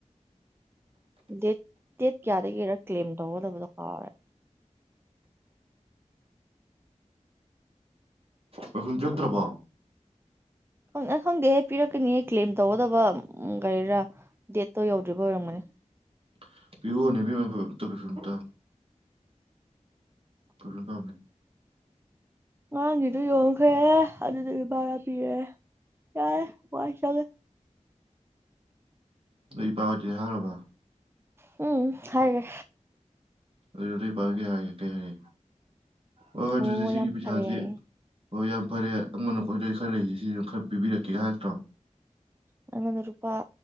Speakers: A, on the right (about 20°); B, on the right (about 50°).
A: ꯗꯦꯠ ꯗꯦꯠ ꯀꯌꯥꯗꯒꯤꯔ ꯀ꯭ꯂꯦꯝ ꯇꯧꯒꯗꯕꯗꯣ ꯀꯥꯔꯔꯦ
B: ꯄꯔꯐꯨꯌ ꯆꯠꯇ꯭ꯔꯕꯣ
A: ꯪ ꯈꯪꯗꯦꯍꯦ ꯄꯤꯔꯛꯀꯅꯤꯍ ꯀ꯭ꯂꯦꯝ ꯇꯧꯒꯗꯕ ꯎꯒꯩꯔ ꯇꯧ ꯌꯧꯗ꯭ꯔꯤꯕ ꯑꯣꯏꯔꯝꯒꯅꯤ
B: <unintelligible> ꯐꯤꯔꯅꯦꯕꯤ ꯃ ꯇꯁꯨꯇ <unintelligible> ꯄꯨꯔꯕꯝꯃꯦ
A: ꯑꯉꯥꯡꯒꯤꯗꯨ ꯌꯣꯟꯈ꯭ꯔꯦ ꯑꯗꯨꯗꯨꯁꯨ ꯚꯔꯥ ꯄꯤꯔꯦ ꯌꯥꯔꯦ ꯋꯥ ꯆꯠꯂꯦ
B: ꯑꯩ ꯄꯥꯎꯗꯤ ꯍꯥꯏꯔꯕ
A: ꯎꯝ ꯍꯥꯏ
B: ꯑꯗꯨ ꯑꯗꯨ ꯄꯥꯏꯒꯦ ꯍꯥꯏꯀꯦ ꯍꯥꯏ ꯑꯣꯏ ꯑꯗꯨꯗꯤ
A: ꯑꯣ
B: ꯁꯤꯒꯤ
A: ꯌꯥꯝ
B: ꯄꯩꯁꯁꯤ
A: ꯐꯔꯦ ꯍꯥꯏꯌꯦ
B: ꯍꯣꯏ ꯌꯥꯝ ꯐꯔꯦ ꯑꯩꯉꯣꯟꯀꯣꯏꯗ ꯈꯔ ꯂꯩꯁꯦ ꯁꯤꯁꯤ ꯈꯔ ꯄꯤꯕꯤꯔꯛꯀꯦꯒꯥꯏꯥꯛꯇ꯭ꯔꯣ
A: ꯑꯗꯨꯉꯣꯟꯗ ꯂꯨꯄꯥ